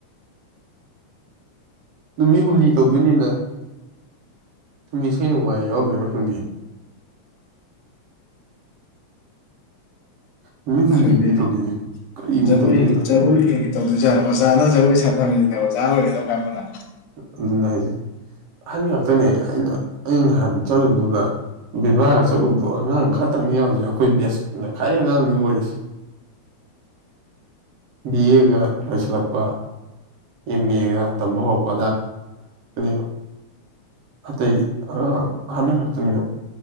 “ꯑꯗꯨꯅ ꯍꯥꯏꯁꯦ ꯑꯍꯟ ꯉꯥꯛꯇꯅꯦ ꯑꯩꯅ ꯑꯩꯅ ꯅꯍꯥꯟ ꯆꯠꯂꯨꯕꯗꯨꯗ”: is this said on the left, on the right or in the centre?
Right